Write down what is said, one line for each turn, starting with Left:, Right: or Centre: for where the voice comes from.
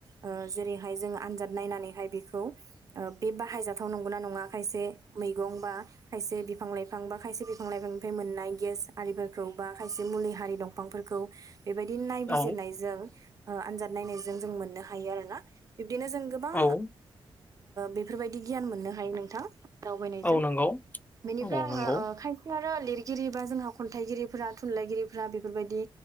Right: जेरैहाय जोङो आनजाद नायनानैहाय बेखौ बे बाहायजाथाव नंगौना नङा खायसे मैगं बा खायसे बिफां लाइफां बा खायसे बिफां लाइफांनिफ्राय मोननाय गेस आरिफोरखौ बा खायसे मुलि हारि दं फांफोरखौ बेबायदि नायबिजिरनायजों
Left: औ
Right: आनजाद नायनायजों जों मोननो हायो आरोोना बिब्दिनो जों गोबां
Left: औ
Right: बेफोरबायदि गियान मोननो हायो नोंथां दावबायनायजों
Left: औ नंगौ
Right: बेनिफ्राय
Left: औ
Right: आङो
Left: नंगौ
Right: खाय आरो लिरगिरि बा जोंहा खन्थाइगिरिफोरा थुनलाइगिरिफोरा बेफोरबायदि